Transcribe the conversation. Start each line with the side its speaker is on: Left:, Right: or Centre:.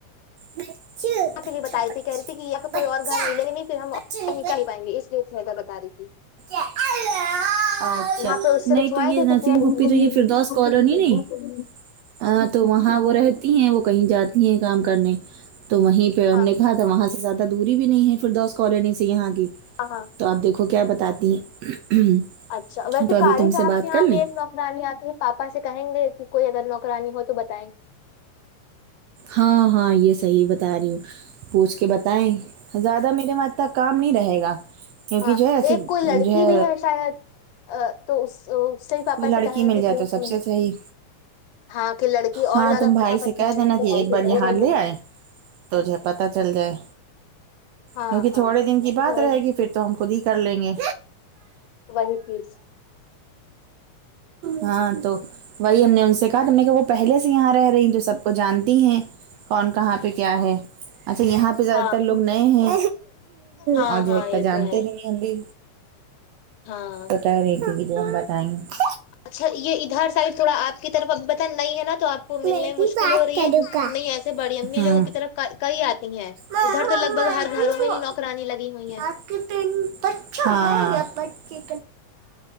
Right: بچے بچہ
Left: پھر یے بتائی
Right: بچہ
Left: تھی کہہ رہی تھی کہ یہاں پہ
Right: بچہ
Left: کوئی اور گھر ملینگے نہیں پھر ہم اور
Right: بچے نکلے
Left: نہیں کر ہی پائیں گے اس لیے تو گھر بتا رہی تھی
Right: اللہ اچھا
Left: یہاں پہ اس سے
Right: نہیں
Left: رکھوائے
Right: تو یہ
Left: کہ
Right: نسیم
Left: کتنے
Right: پھپھی تو یہ فردوس کالونی نہیں ہاں تو وہاں وہ رہتی ہیں وہ کہیں جاتی ہیں کام کرنے تو وہیں پہ ہم
Left: ہاں
Right: نے کہا وہاں سے زیادہ دوری بھی نہیں ہے فردوس کالونی سے یہاں کی
Left: ہاں ہاں
Right: تو آپ دیکھو کیا بتاتی ہیں
Left: اچھا ویسے
Right: تو ابھی
Left: کاری
Right: تم
Left: صاحب
Right: سے بات
Left: کے یہاں
Right: کر
Left: بھی
Right: لیں
Left: ایک نا نرانی آتی ہے پاپا سے کہیں گے کہ کوئی اگر نوکرانی ہو تو بتائیں
Right: ہاں ہاں یہ صحیح بتا رہی ہوں پوچھ کے بتائیں زیادہ میرے کو اتا کام نہیں رہے گا کیونکہ
Left: ہاں
Right: جو ہے ایسی
Left: ایک کوئی
Right: جو
Left: لڑکی
Right: ہے
Left: بھی شاید تو اس اس سے ہی پاپا
Right: کوئی لڑکی
Left: سے کہیں
Right: مل
Left: کہ
Right: جائے
Left: پچھوں
Right: تو سب سے صحیح
Left: ہاں کہ لڑکی
Right: ہاں
Left: اور زیادہ
Right: تم بھائی
Left: فٹافٹ
Right: سے کہہ
Left: کر لے
Right: دینا
Left: گی
Right: کہ ایک بار یہاں لے آئے تو جو پتا چل جائے
Left: ہاں
Right: کیونکہ
Left: ہاں
Right: تھوڑے دن
Left: وہی
Right: کی بات رہے گی پھر تو ہم خود ہی کر لیں گے
Left: وہی پلیز
Right: ہاں تو وہی ہم نے ان سے کہا کی تم نے کیا وہ پہلے سے یہاں رہ رہی جو سب کو جانتی ہیں کون کہاں پہ کیا ہے اچھا یہاں پہ زیادہ
Left: ہاں
Right: تر لوگ نئے ہیں
Left: ہاں
Right: اور جو
Left: ہاں یہ
Right: ہے جانتے
Left: تو
Right: ہی نہیں ہم بھی
Left: ہاں
Right: بتا رہیتی ہم بتائیں گے
Left: اچھا یہ ادھر سائڈ تھوڑا آپ کی طرف اب بتا نہیں ہے نا تو آپ کو ملنے
Right: میں بھی
Left: مشکل
Right: بات
Left: ہو رہی
Right: کروں
Left: ہے
Right: گا
Left: نہیں ایسے بڑی امی
Right: ہاں
Left: لوگوں کی طرف کہئی آتی ہیں
Right: مما
Left: ادھر تو لگ بھگ
Right: میں
Left: ہر
Right: بھی
Left: گھروں میں ہی نوکرانی لگی ہوئی ہے
Right: آپ کے پینٹ بچہ ہے یا بچے